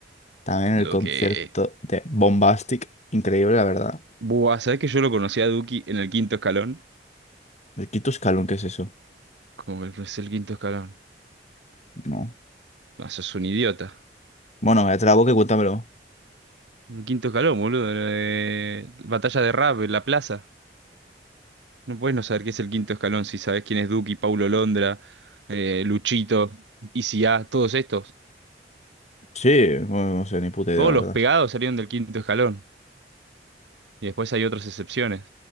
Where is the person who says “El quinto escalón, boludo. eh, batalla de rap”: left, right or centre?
Right